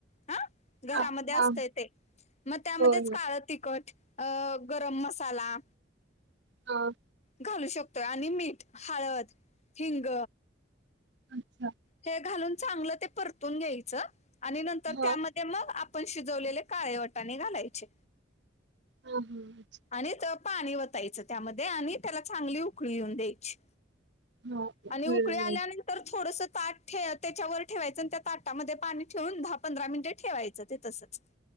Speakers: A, on the left (about 35°); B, on the right (about 65°).
A: हा घरामध्ये
B: हां, हां.
A: असते ते मग त्यामध्येच
B: होय, होय.
A: काळं तिखट अ गरम मसाला
B: ह
A: घालू शकतोय आणि मीठ हळद हिंग
B: अच्छा
A: हे घालून चांगलं ते परतून घ्यायचं आणि नंतर
B: हां,
A: त्यामध्ये ते मग आपण शिजवलेले काळे वटाने घालायचे
B: हा हाच्
A: आणि त पाणी वतायचं त्यामध्ये आणि त्याला चांगली उकळी येऊन द्यायची
B: हां. कळलं
A: आणि उकळी आल्यान
B: आहे.
A: तर थोडंस ताट त्याच्यावर ठेवायचं आणि त्या ताटामध्ये पाणी ठेवून दहा पंधरा मिनिटं ठेवायचं ते तसंच